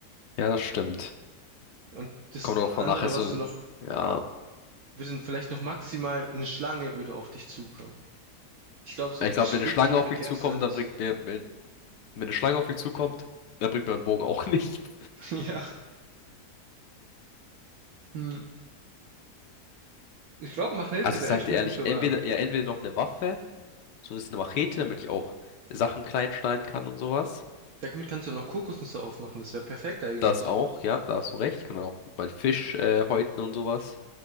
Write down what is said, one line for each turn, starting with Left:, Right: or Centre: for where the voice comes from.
Left: ja, das stimmt.
Right: Und das
Left: Kommt drauf
Right: andere,
Left: an, nachher so,
Right: was du noch,
Left: ja.
Right: würde vielleicht noch maximal eine Schlange würde auf dich zukommen. Ich glaube, so
Left: Ich
Right: wirklich
Left: glaube, wenn
Right: Wildtiere
Left: eine Schlange auf mich
Right: gäb's
Left: zukommt,
Right: da nicht.
Left: dann bringt mir, wenn, wenn eine Schlange auf mich zukommt, dann bringt mir ein Bogen auch <laughs> nicht.
Right: <laughs> Ja. Hm. Ich glaube, Machete
Left: Also ich
Right: wäre
Left: sagte
Right: echt eine
Left: ehrlich,
Right: gute
Left: entweder,
Right: Wahl.
Left: ja, entweder noch eine Waffe, so ein bisschen eine Machete, damit ich auch Sachen klein schneiden kann und sowas.
Right: Damit kannst du noch Kokosnüsse aufmachen, das wäre perfekt eigentlich.
Left: Das auch, ja, da hast du recht, kann man auch mein Fisch, äh, häuten und sowas.